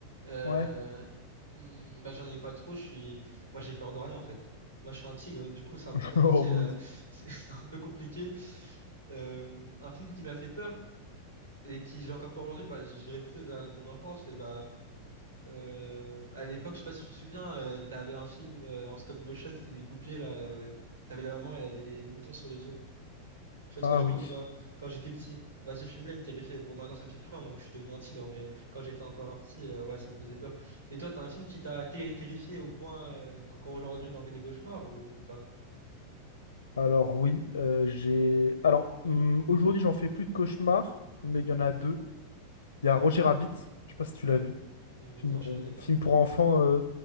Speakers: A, on the right (about 85°); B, on the left (about 70°).
A: Euh,
B: Ouais.
A: hmm, bah, j'en ai pas trop, je suis, moi j'ai peur de rien en fait. Moi je suis un tigre, du coup c'est un peu
B: <laughs>
A: compliqué.
B: Oh mon
A: euh,
B: Dieu.
A: <laughs> c'est c'est un peu compliqué. Euh, un film qui m'a fait peur et qui j'ai encore peur aujourd'hui, bah, je dirais plutôt vers mon enfance et bah. Euh, à l'époque, je sais pas si tu te souviens, euh, t'avais un film euh, en stop motion, c'était des poupées là. euh, t'avais la maman, elle avait les boutons sur les yeux. Tu vois de
B: Ah
A: quoi je
B: oui.
A: parle ou pas? Quand j'étais petit, bah ce film-là, il me terrifiait. Bon, maintenant ça me fait plus rien, maintenant que je suis devenu un tigre, mais quand j'étais encore un petit, euh, ouais, ça me faisait peur. Et toi, t'as un film qui t'a ter- terrifié au point euh, qu'encore aujourd'hui t'en fais des cauchemars ou, ou pas?
B: Alors oui, euh, j'ai. Alors hum, aujourd'hui, j'en fais plus de cauchemars, mais il y en a deux. Il y a Roger Rabbit, je sais pas si tu l'as vu.
A: Hmm,
B: Film,
A: non, je
B: euh,
A: connais pas.
B: film pour enfants euh,